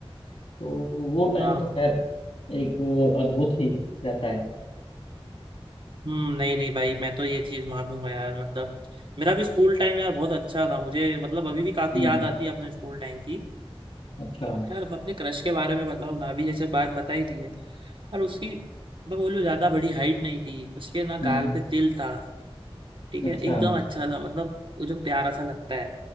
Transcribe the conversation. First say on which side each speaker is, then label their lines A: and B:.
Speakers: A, on the left; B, on the right.
A: तो वो टाइम
B: हाँ
A: तो खैर एक अद्भुत ही रहता है
B: हम्म नहीं नहीं भाई मैं तो ये चीज मानूंगा यार मतलब मेरा भी स्कूल टाइम यार बहुत अच्छा था मुझे मतलब अभी भी काफी
A: हम्म
B: याद आती है अपने स्कूल टाइम की
A: अच्छा
B: यार अब अपने क्रश के बारे में बताओ ना अभी जैसे बात बताई थी है और उसकी मैं बोलूँ ज्यादा बड़ी हाइट नहीं थी उसके ना
A: हम्म
B: गाल पे तिल था ठीक
A: अच्छा
B: है एकदम अच्छा था मतलब वो जो प्यारा सा लगता है